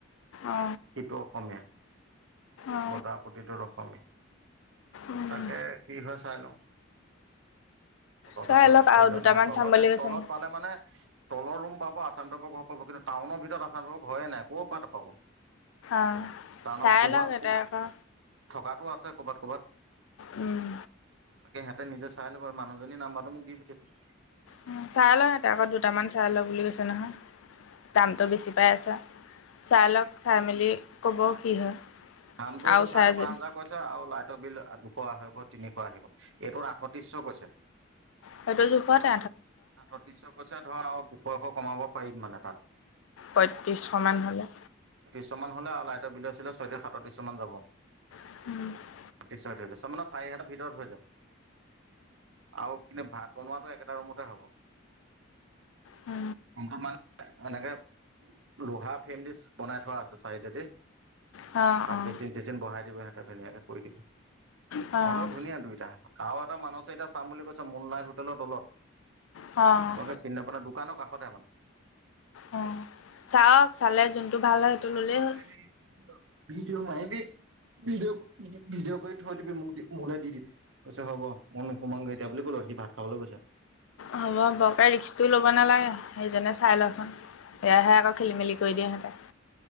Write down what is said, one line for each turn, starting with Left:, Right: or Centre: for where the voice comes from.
Left: অঁ অ
Right: সিটো অসমীয়া
Left: অ
Right: বজাৰ প্ৰতিটো <unintelligible>
Left: উম
Right: তাকে কি হয় চাই লওঁ - তলত
Left: চাই
Right: আকৌ
Left: লওক আৰু
Right: জনাত
Left: দুটামান
Right: তলত
Left: চাম বুলি
Right: এই
Left: কৈছে
Right: তলত
Left: মোক
Right: পালে মানে তলত ৰুম পাব আচাম টাইপৰ ঘৰ পাব কিন্তু টাউনৰ ভিতৰত আচাম টাইপৰ ঘৰৰে নাই ক'ৰ পৰা পাব।
Left: অ
Right: টাউনত
Left: চাই
Right: কবাত
Left: লওক
Right: কবাত
Left: এটা আকৌ
Right: থকাটো আছে কবাত কবাত।
Left: উম।
Right: তাকে সিহঁতে নিজে চাই লব মানুহজনীয়ে নাম্বাৰটো মোক দি পঠািইছে।
Left: উম, চাই লওঁক সিহতে আকৌ দুটামান চাই লওঁ বুলি কৈছে নহয়। দামটো বেছি পাই আছে চাই লওক চাই মেলি ক'ব কি হয়।
Right: দামটো
Left: আৰু
Right: এইটো চাৰে
Left: চাই যদি
Right: পাঁচ হাজাৰ কৈছে আৰু লাইটৰ বিল দুশ, আঢ়ৈশ, তিনিশ আহিব এইটোত আঠত্ৰিশশ কৈছে।
Left: সেইটো জোখততে
Right: আঠত্ৰিশ কৈছো ধৰা আৰু দুশ আৰইশ কমাব পাৰিম মানে তাত।
Left: পঁয়ত্ৰিশশ মান হ'লে
Right: ছই মান হ'লে আৰু লাইটৰ বিলে চিলে <unintelligible> সাততিশ মান যাব।
Left: হ'লে
Right: নিশ্চ থৈ লৈছে <unintelligible> ভিতৰত হৈ যাব। আৰু কিন্তু ভাত বনোৱাটো একেটা ৰুমতে হ'ব।
Left: অ',
Right: <unintelligible> এনেকে লোহা ফেণ্ডিচ বনাই থোৱা আছে চাইদেদি। তাত
Left: অ',
Right: বেচিন চেচিন বহাই দিব সিহঁতে ধুনীয়াকে কৰি দিব।
Left: অ',
Right: হলেও ধুনীয়া দুইটা আৰু এটা মানুহ এতিটা চাম বুলি কৈছে মুনলাইট হোটেলৰ তলত। তোমালোকে
Left: অ',
Right: চিন নাপা নহয় দোকানৰ কাষতে মানে।
Left: উম, চাওক চালে যোনটো ভাল হয়
Right: মই
Left: সেইটো
Right: বোলো
Left: ললেই
Right: তই
Left: হ'ল।
Right: সেই ভিডিঅ মাৰিবি ভিডিঅ' ভিডিঅ' কৰি থৈ দিবি মোক মোলৌ দি দিবি কছে হ'ব মই নোসোমামংগৈ এতিয়া বুলি ক'লো। তই কি ভাত খাবলৈ গৈছ?
Left: হ'ব বৰকে রিক্স টোও ল'ব নালাগে সেইজনে চাই লওঁ। সেয়াহে আকৌ খেলি মেলি কৰি দিয়ে সিহঁতে।